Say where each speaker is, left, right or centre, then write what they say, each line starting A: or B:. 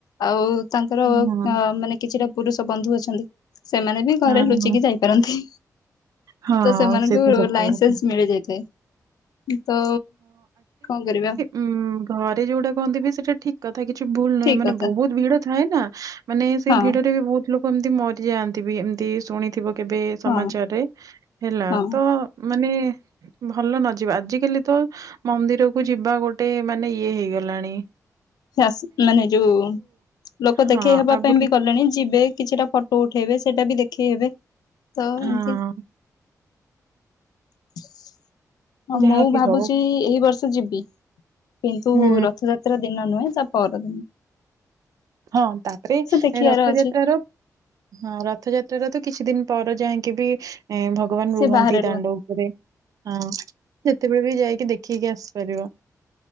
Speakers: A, on the left (about 85°); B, on the right (about 65°).
A: ଆଉ ତାଙ୍କର
B: ହଁ।
A: ଆ ମାନେ କିଛିଟା ପୁରୁଷ ବନ୍ଧୁ ଅଛନ୍ତି ସେମାନେ ବି
B: ହଁ,
A: ଘରେ ଲୁଚିକି ଯାଇପାରନ୍ତି।
B: ହଁ
A: ତ ସେମାନଙ୍କୁ
B: ସେ ତ ସତ
A: ଲାଇସେନ୍ସ
B: କଥା।
A: ମିଳିଯାଇଥାଏ। ତ କଣ କରିବା।
B: ଉୁଁ ଘରେ ଯୋଉଟା କହନ୍ତି ବି ସେଟା ଠିକ୍ କଥା କିଛି ଭୁଲ ନାହିଁ
A: ଠିକ
B: ମାନେ
A: କଥା
B: ବହୁତ ଭିଡ଼ ଥାଏ ନା। ମାନେ ସେଇ
A: ହଁ
B: ଭିଡ଼ରେ ବି ବହୁତ ଲୋକ ଏମିତି ମରିଯାଆନ୍ତି ବି ଏମିତି ଶୁଣି ଥିବ କେବେ ସମାଚାରରେ
A: ହଁ
B: ହେଲା
A: ହଁ
B: ତ ମାନେ ଭଲ ନ ଯିବା ଆଜିକାଲି ତ ମନ୍ଦିର କୁ ଯିବା ଗୋଟେ ମାନେ ଇଏ ହେଇଗଲାଣି।
A: ହାସ୍ -ମାନେ ଯଉ ଲୋକ
B: ହଁ,
A: ଦେଖେଇ ହେବା
B: ଆଗରୁ
A: ପାଇଁ ବି ଗଲେଣି ଯିବେ କିଛିଟା ଫୋ ଟୋ ଉଠେଇବେ ସେଇଟା ବି ଦେଖେଇ ହେବେ ତ
B: ହଁ,
A: ଏମତି। <inaudible> ହଁ
B: ଯାହା
A: ମୁଁ
B: ବିି
A: ଭାବୁଚି
B: ହଉ।
A: ଏଇ ବର୍ଷ ଯିବି କିନ୍ତୁ
B: ହୁଁ,
A: ରଥଯାତ୍ରା ଦିନ ନୁହେଁ ସା ପର ଦିନ।
B: ହଁ ତାପରେ
A: ଦେଖିବାର
B: ଏ ରଥଯାତ୍ରା
A: ଅଛି
B: ର ହଁ ରଥଯାତ୍ରାର ତ କିଛି ଦିନ ପରେ ଯାଇଁକି ବି ଭ ଭଗବାନ୍
A: ସେ
B: ରୁହନ୍ତି
A: ବାହାରେ
B: ଦାଣ୍ଡ ଉପରେ ହଁ ଯେତେବେଳେ ବି ଯାଇକି ଦେଖିକି ଆସିପାରିବ।